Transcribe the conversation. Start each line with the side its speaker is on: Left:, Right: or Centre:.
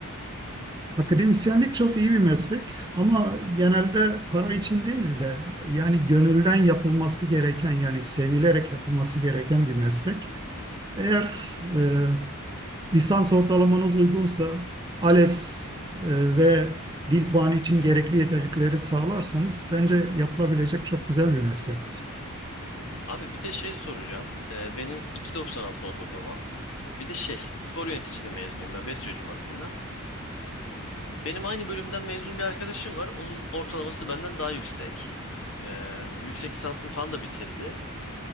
Right: Akademisyenlik çok iyi bir meslek ama genelde para için değil de yani gönülden yapılması gereken yani sevilerek yapılması gereken bir meslek.
Left: Hı hı,
Right: Eğer e, lisans ortalamanız uygunsa ALES e, ve dil puanı için gerekli yeterlikleri sağlarsanız bence
Left: hı hı.
Right: yapılabilecek çok güzel bir meslek.
Left: Abi bir de şey soracağım. Ee, benim 2.96 not ortalamam. Bir de şey spor yöneticiliği mezunuyum ben bestiyocuyum aslında. Benim aynı bölümden mezun bir arkadaşım var. Onun ortalaması benden daha yüksek. Ee, yüksek lisansını falan da bitirdi.